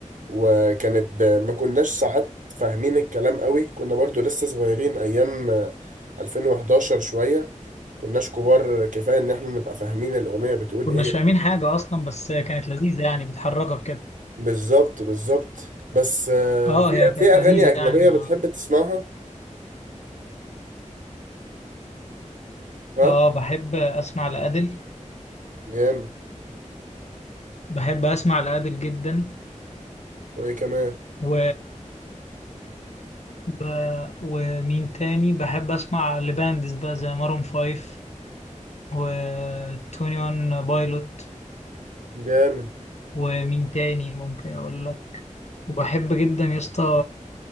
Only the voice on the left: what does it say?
كناش
فاهمين حاجه اصلا بس كانت لذيذه يعني بتحركك كده
اه
هي كانت
لذيذه
يعني ما
اه بحب اسمع لأديل
بحب اسمع لأديل جدا
و ب... ومين تاني بحب اسمع لباندز بقى زي مارون فايف و 21 بايلوت
ومين تاني ممكن اقول لك وبحب جدا يا اسطى